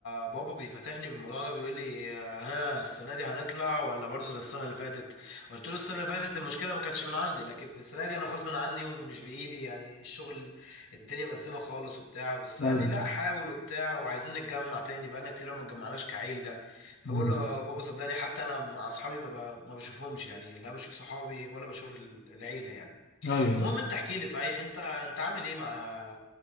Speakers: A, on the left; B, on the left.
A: بابا بيفتحني بالموضوع ده بيقول لي ها السنه دي هنطلع ولا برضو زي السنه اللي فاتت قلت له السنه اللي فاتت المشكله ما كانتش من عندي لكن السنه دي انا غصب عني ومش بايدي يعني الشغل الدنيا مأزمه خالص وبتاع بس قال
B: ايوه
A: لي لا حاول وبتاع وعايزين نتجمع تاني بقالنا كتير أوي ما اتجمعناش كعيله فبقول
B: مم.
A: له يا بابا صدقني حتى انا مع اصحابي ما, ب... ما بشوفهمش يعني لا بشوف صحابي ولا بشوف ال- العيله يعني
B: ايوه أيوة.
A: المهم انت احكي لي صحيح انت انت عامل ايه مع